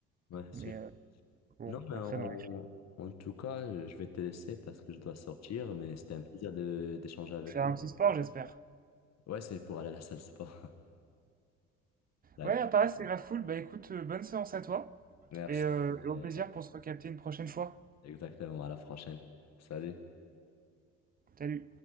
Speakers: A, on the left; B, on the right.
A: ouais, sûr.
B: Mais euh, bon,
A: Non, mais
B: après,
A: en,
B: dans les faits.
A: en tout cas, je vais te laisser parce que je dois sortir, mais c'était un plaisir de d'échanger avec
B: Faire
A: toi.
B: un petit sport, j'espère.
A: Ouais, c'est pour aller à la salle de sport. <laughs> D'accord.
B: Ouais, à Paris, c'est la foule. Bah écoute, euh, bonne séance à toi
A: Merci.
B: et, euh, et
A: Et,
B: au plaisir
A: euh,
B: pour se recapter une prochaine fois.
A: Exactement, à la prochaine. Salut.
B: Salut!